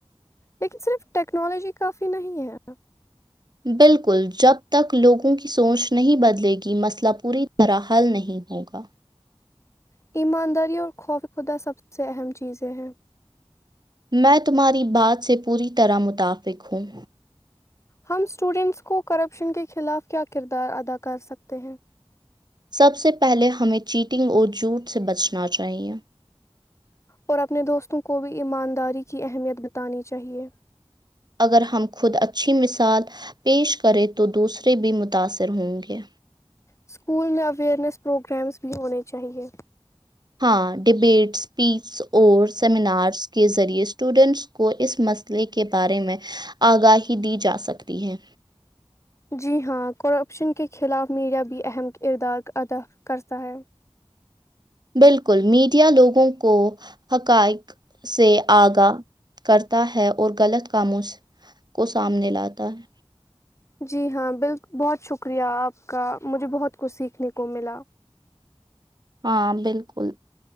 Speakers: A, on the left; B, on the right.
A: لیکن صرف ٹیکنالوجی کافی نہیں ہے
B: بالکل جب تک لوگوں کی سوچ نہیں بدلے گی مسئلہ پوری طرح حل نہیں ہوگا
A: ایمانداری اور خوف خدا سب سے اہم چیزیں ہیں
B: میں تمہاری بات سے پوری طرح متفق ہوں
A: ہم اسٹوڈنٹس کو کرپشن کے خلاف کیا کردار ادا کر سکتے ہیں
B: سب سے پہلے ہمیں چیٹنگ اور جھوٹ سے بچنا چاہیئے
A: اور اپنے دوستوں کو بھی ایمانداری کی اہمیت بتانی چاہیے
B: اگر ہم خود اچھی مثال پیش کرے تو دوسرے بھی متاثر ہوں گے
A: اسکول میں اویرنیس پروگرامز بھی ہونے چاہیئے
B: ہاں ڈبیٹ اسپیچ اور سیمینارس کے ذریعے اسٹوڈنٹس کو اس مسئلے کے بارے میں آگاہی دی جا سکتی ہے
A: جی ہاں کرپشن کے خلاف میڈیا بھی اہم کردار ادا کرتا ہے
B: بالکل میڈیا لوگوں کو حقائق سے آگا کرتا ہے اور غلط کاموں کو سامنے لاتا ہے
A: جی ہاں بالک بہت شکریہ آپ کا مجھے بہت کچھ سیکھنے کو ملا
B: ہاں بالکل